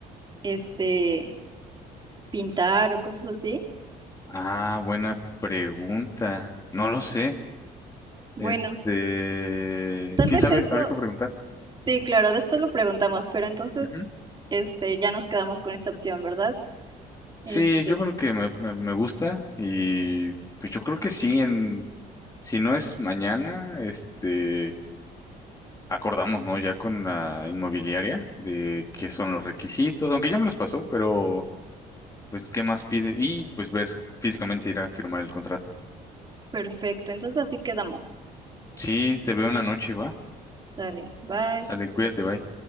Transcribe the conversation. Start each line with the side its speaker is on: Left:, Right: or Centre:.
Right: este pintar o cosas así?
Left: Ah, buena pregunta. No lo sé.
Right: Bueno,
Left: Este,
Right: tal
Left: quién
Right: vez
Left: sabe,
Right: eso,
Left: habría que preguntar.
Right: sí, claro, después lo preguntamos, pero entonces
Left: Ujú.
Right: este ya nos quedamos con esta opción, ¿verdad? Este,
Left: Sí, yo creo que me, me, me gusta y pues yo creo que sí, en, si no es mañana, este. acordamos, ¿no? Ya con la inmobiliaria de qué son los requisitos, aunque ya me los pasó, pero pues qué más pide y pues ver físicamente ir a firmar el contrato.
Right: perfecto, entonces así quedamos.
Left: Sí, te veo en la noche, va.
Right: Sale, bye.
Left: Sale, cuídate, bye.